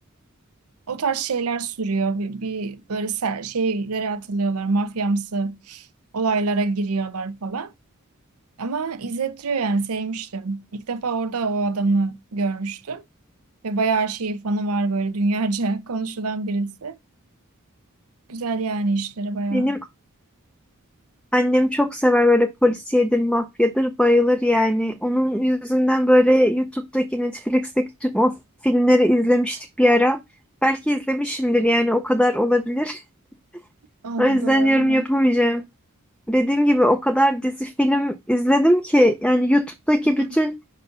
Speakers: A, on the right; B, in the centre.
A: o tarz şeyler sürüyor. Bir, bir böyle ser- şeylere atılıyorlar. Mafyamsı olaylara giriyorlar falan. Ama izletiyor yani sevmiştim. İlk defa orada o adamı görmüştüm. Ve bayağı şeyi fanı var böyle dünyaca <laughs> konuşulan birisi. Güzel yani işleri bayağı.
B: Benim annem çok sever böyle polisiyedir, mafyadır, bayılır yani. Onun yüzünden böyle YouTube'daki, Netflix'teki tüm o filmleri izlemiştik bir ara. Belki izlemişimdir yani o kadar olabilir. <laughs>
A: Oldu
B: O yüzden
A: doğru.
B: yorum yapamayacağım. Dediğim gibi o kadar dizi film izledim ki yani YouTube'daki
A: <laughs>
B: bütün